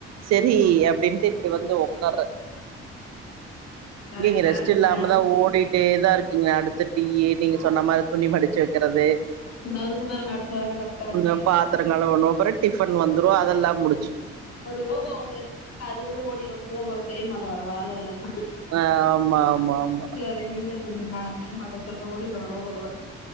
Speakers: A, on the right; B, on the left.
A: சரி அப்படின்னுட்டு இப்படி வந்து உக்காற
B: கரெக்டா
A: நீங்க ரெஸ்ட்
B: இருக்குல்ல
A: இல்லாமதா ஓடிட்டேதா இருக்கீங்க அடு அந்த டீ நீங்க சொன்ன மாரி துணி மடிச்சு வைக்கிறது
B: இதோ இருக்கு பாருங்க அடுத்த வேல கரெக்டா இருக்கு
A: உ பாத்திரங்கழுவனு அப்புற டிஃபன் வந்துரு அதெல்லா முடி
B: ஒரு ரோபா ஒண்ணு வச்சு அது கூட ஓடிடு போகோ செய்ய மாட்டம் வேற வேல இல்லனு
A: ஆமா ஆமா ஆமா
B: உங்கவீட்டு வேல நீங்களே செஞ்சுருங்க நான் செய்ய மாட்டே சொல்ட்டு ஓடிடு ரோபோ கூட